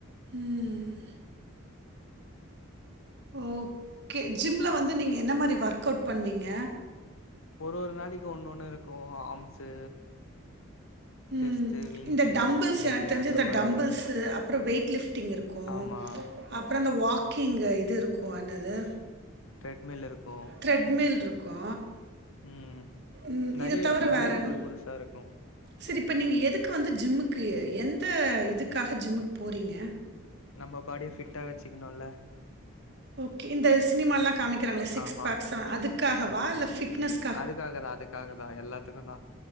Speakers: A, on the right (about 50°); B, on the left (about 75°).
A: ம் ஓகே ஜிம்ல வந்து நீங்க என்ன மாரி ஒர்க் அவுட் பண்ணுவீங்க
B: ஒரு ஒரு நாளைக்கு ஒன்னு ஒன்னு இருக்கும் ஆம்ஸு
A: ம்
B: செஸ்ட்டு விங்ஸு
A: இந்த டம்புள்ஸ்
B: லெக்கு
A: எனக்கு தெரிஞ்ச
B: அந்த
A: இந்த
B: மாரி
A: டம்பிள்ஸு அப்புற வெயிட் லிஃப்டிங் இருக்கு
B: ஆமா
A: அப்புற இந்த வாக்கிங்கு இது இருக்கும் என்னது
B: ட்ரெட்மில் இருக்கு
A: த்ரெட்மில் இருக்கு
B: ம்
A: ம்
B: நெறைய
A: இத தவர
B: இருக்கு
A: வேறன்
B: நெறைய புது புதுசா இருக்கு
A: சேரி இப்போ நீங்க எதுக்கு வந்து ஜிம்முக்கு எந்த இதுக்காக ஜிம்முக்கு போறீங்க
B: நம்ம பாடிய ஃபிட்டா வச்சுக்கணுல
A: ஓகே இந்த சினிமால்லா காமிக்கிறாங்களே சிக்ஸ்
B: ஆமா
A: பேக்ஸ்லா அதுக்காகவா
B: ம்
A: இல்ல ஃபிட்னஸ்
B: அதுக்காக தா அதுக்காக தா எல்லாத்துக்கு தா